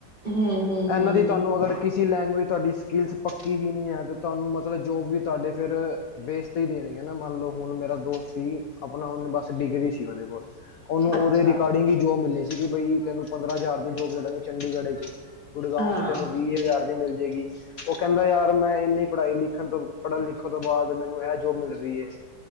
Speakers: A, on the right (about 30°); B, on the left (about 65°).
A: ਹੂੰ ਹੂੰ
B: ਐਨਾਂ
A: ਹੂੰ
B: ਦੀ
A: ਹੂੰ
B: ਤੁਹਾਨੂੰ ਅਗਰ ਕਿਸੀ ਲੈਂਗੁਏਜ ਤੂਆਡੀ ਕਿਲਸ ਪੱਕੀ ਜੀ ਨੀ ਹੈ, ਤੇ ਤੁਆਨੂੰ ਮਤਲਬ ਜੋਬ ਵੀ ਤੂਆਡੇ ਫੇਰ ਬੇਸ ਤੇ ਈ ਦੇਨਗੇ ਨਾ, ਮਾੰਨ ਲੋ ਹੁਨ ਮੇਰਾ ਦੋਸਤ ਸੀ ਅਪਣਾ ਹੂਨ ਬਾੱਸ ਡਿਗਰੀ ਸੀ ਓਦੇ ਕੋਲ ਓਨੂੰ
A: ਅੱਛਾ
B: ਓਦੇ ਰਿਕਾਰਡਿੰਗ ਹੀ ਜੋਬ ਮਿਲੀ ਸੀਗੀ, ਬਈ ਤੈਨੂੰ ਪੰਦਰਾਂ ਹਜ਼ਾਰ ਦੀ ਜੋਬ ਦੇਦਾਂਗੇ ਚੰਡੀਗੜ ਏਚ ਈ। ਗੁੜਗਾਂਉ
A: ਹਾਂ
B: ਚ ਤੈਨੂੰ ਵੀਹ ਹਜਾਰ ਦੀ ਮਿਲ ਜੇਗੀ। ਓ ਕਹਿੰਦਾ ਯਾਰ ਮੈਂ ਇੰਨੀ ਪੜ੍ਹਾਈ ਲਿਖਣ ਤੋਂ ਪੜ੍ਹਨ ਲਿਖਣ ਤੋਂ ਬਾਅਦ ਮੈਨੂੰ ਐ ਜੋਬ ਮਿਲ ਰੀ ਐ।